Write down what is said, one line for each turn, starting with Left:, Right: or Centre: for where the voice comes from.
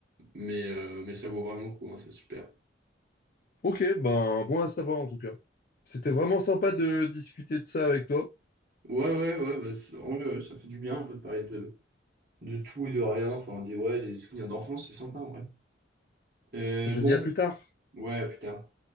Right: mais, euh, mais ça vaut vraiment le coup, hein, c'est super.
Left: Ok, ben bon à savoir en tout cas. C'était vraiment sympa de discuter de ça avec toi.
Right: Ouais, ouais, ouais, bah, c'est- en vrai, ouais, ça fait du bien un peu de parler de, de tout et de rien. Enfin, des, ouais, des souvenirs d'enfance, c'est sympa, en vrai. Euh,
Left: Je
Right: bon,
Left: dis à plus tard.
Right: ouais, putain.